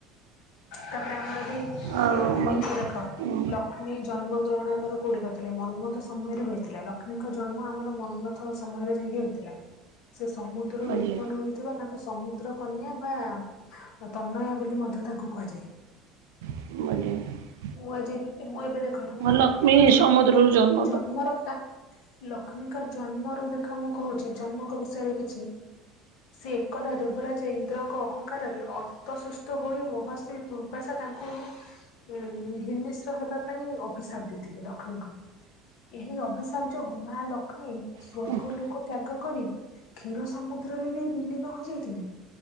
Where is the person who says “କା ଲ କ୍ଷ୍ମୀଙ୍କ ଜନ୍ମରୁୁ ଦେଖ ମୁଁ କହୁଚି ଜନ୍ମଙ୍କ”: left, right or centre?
Left